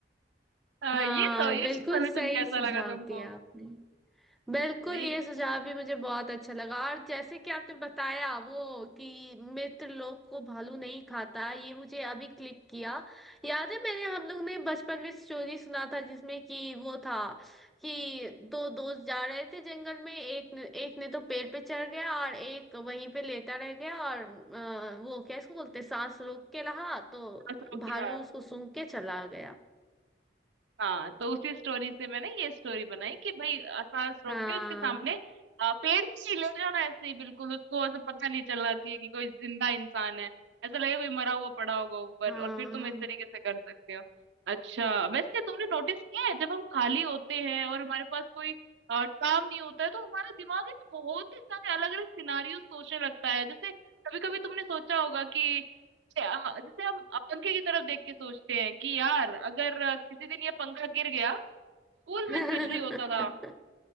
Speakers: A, on the right; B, in the centre.
A: <laughs> आ,
B: हाँ
A: ये तो ये
B: बिल्कुल
A: सोल्यूशन
B: सही
A: कैसा
B: सुझाव
A: लगा तुमको
B: दिया आपने बिल्कुल
A: नहीं
B: ये सुझाव भी मुझे बहुत अच्छा लगा और जैसे कि आपने बताया वो कि मित्र लोग को भालू नहीं खाता ये मुझे अभी क्लिक किया याद है मैंने हम लोग ने बचपन में स्टोरी सुना था जिसमें कि वो था कि दो दोस्त जा रहे थे जंगल में एक ने, एक ने तो पेड़ पे चढ़ गया और एक वहीं पे लेटा रह गया और अ, वो क्या इसको बोलते हैं, सांस रोक के रहा तो
A: असरो
B: भालू
A: क्या
B: उसको सूंघ के चला गया
A: हाँ तो उसी स्टोरी से मैंने ये स्टोरी बनाई कि भाई अ, सांस रोक
B: हाँ
A: के उसके सामने अ, पेड़ ही ले जाना ऐसे ही बिल्कुल उसको ऐसा पता नहीं चलना चाहिए कि कोई जिंदा इंसान है ऐसा लगेगा कोई मरा हुआ पड़ा होगा ऊपर
B: हाँ
A: और फिर तुम इस तरीके से कर सकते हो अच्छा वैसे तुमने नोटिस किया है जब हम खाली होते हैं और हमारे पास कोई अ, काम नहीं होता है तो हमारा दिमाग है तो बहुत ही सारे अलग अलग सिनारियो सोचने लगता है जैसे कभी कभी तुमने सोचा होगा कि हाँ, जैसे हम अ, पंखे की तरफ देख के सोचते हैं कि यार अगर अ, किसी दिन ये पंखा गिर गया स्कूल
B: <laughs>
A: में स्पेशली होता था